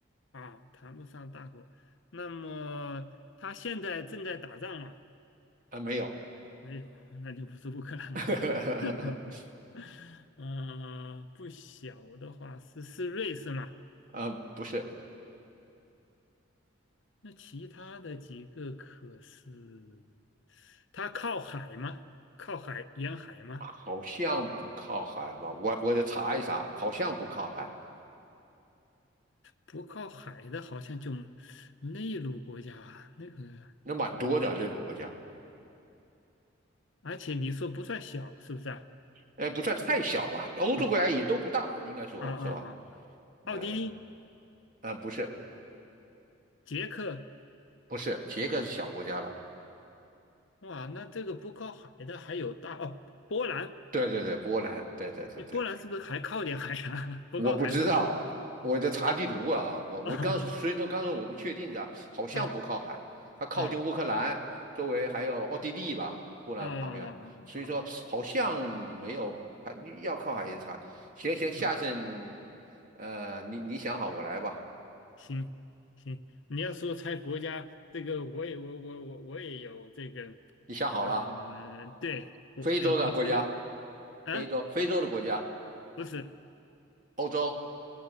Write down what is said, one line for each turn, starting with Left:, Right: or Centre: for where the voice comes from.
Left: 啊，谈不上大国。那么他现在正在打仗吗？
Right: 呃，没有，
Left: 没有，那就不是乌克兰了。
Right: <laughs>
Left: <laughs> 嗯，不小的话是是瑞士嘛？
Right: 呃，不是，
Left: 那其他的几个可是，它靠海吗？靠海沿海吗？
Right: 好像不靠海吧？我我得查一查，好像不靠海，
Left: 不靠海的，好像就内陆国家那个，
Right: 那蛮多的那个国家。
Left: 而且你说不算小，是不是啊？
Right: 呃，不算太小吧，欧洲国家也都不大，
Left: 啊，
Right: 应该说是吧？
Left: 啊啊啊！啊奥地利、
Right: 呃呃，不是
Left: 捷克，
Right: 不是，捷克是小国家了，
Left: 哇，那这个不靠海的还有大哦，波兰，
Right: 对对对，波兰，对对对对，
Left: 哎，波兰是不是还靠点海啊？<laughs> 不靠海吗？
Right: 我不知道，我在查地图啊，我我刚所以说刚才我不确定的，
Left: <laughs>
Right: 好像不靠海，
Left: 啊
Right: 它靠近乌克兰，
Left: 啊
Right: 周围还有奥地利吧，波兰旁边，
Left: 啊啊啊！
Right: 所以说好像没有，
Left: 啊
Right: 还要靠海也查，行行，下次
Left: 嗯，
Right: 呃，你你想好我来吧，
Left: 行行，你要说猜国家，这个我也我我我我也有这个，
Right: 你想好了，
Left: 呃，对我，
Right: 非洲的国家，
Left: 呃你猜个
Right: 非洲非洲的国家。
Left: 啊？不是，
Right: 欧洲、